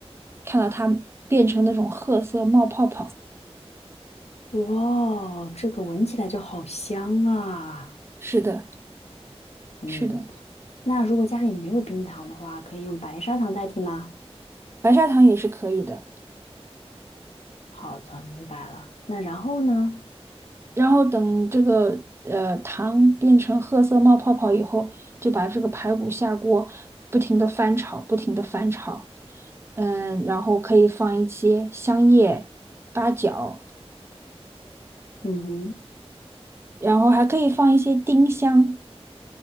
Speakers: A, on the right; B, on the left.
A: 看到它变成那种褐色冒泡泡。
B: 哇，这个闻起来就好香啊！
A: 是的，
B: 嗯，
A: 是的，
B: 那如果家里没有冰糖的话，可以用白砂糖代替吗？
A: 白砂糖也是可以的。
B: 好的，明白了。那然后呢？
A: 然后等这个呃糖变成褐色冒泡泡以后，就把这个排骨下锅，不停的翻炒，不停的翻炒。嗯，然后可以放一些香叶、八角，
B: 嗯哼，
A: 然后还可以放一些丁香。